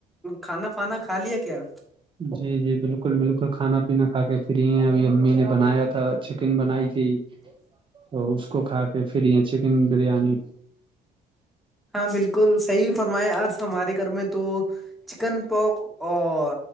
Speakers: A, in the centre; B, on the right.
A: کھانا پانا کھا لیا کیا
B: جی جی بالکل بالکل کھانا پینا کھا کے پری ہیں ابھی امی نے بنایا تھا اچھ چکن بنائی تھی تو اس کو کھا کے پھر یہ چکن بریانی
A: ہاں بالکل صحیح فرمایا آج ہمارے گھر میں تو چکن پوک اور